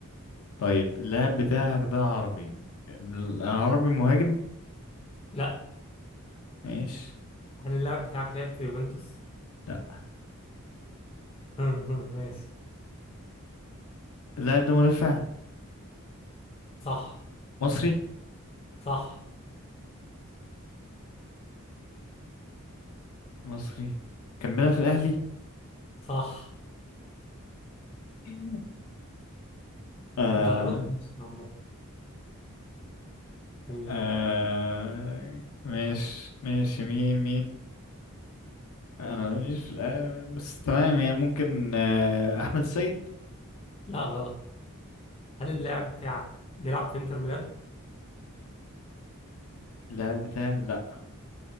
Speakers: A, on the left; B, on the left.
A: طيب اللاعب بتاعك ده عربي م- عربي مهاجم
B: لا
A: ماشي
B: هل اللاعب بتاعك لعب في يوفنتوس؟
A: لا
B: <laughs> ماشي
A: اللاعب ده مدافع
B: صح
A: مصري
B: صح
A: مصري كان بيلعب في الاهلي
B: صح
A: <laughs> آه
B: انت قربت ماشي عامة مم.
A: آه ماشي ماشي مين مين انا مش في الآ- بس تمام يعني ممكن آه احمد السيد
B: لا غلط هل
A: ماشي.
B: اللاعب بتاعك بيلعب في انتر ميلان؟
A: لا بتاع لا